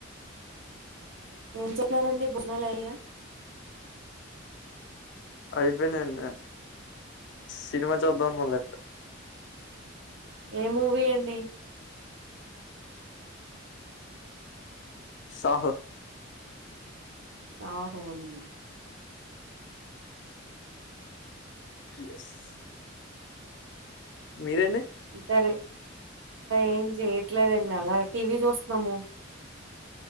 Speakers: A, on the right; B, on the left.
A: ఏం చెన్నారండి బోజనాలు అయ్యా
B: అయిపోయిండి సినిమా చూద్దా మల్
A: ఏ మూవీ అండి
B: సహ
A: సాహో నా
B: ఎస్ మీరేండి
A: ఇ సరీ ఏం చేయ్యట్లేదండి చాలా టీవీ చూస్తున్నాము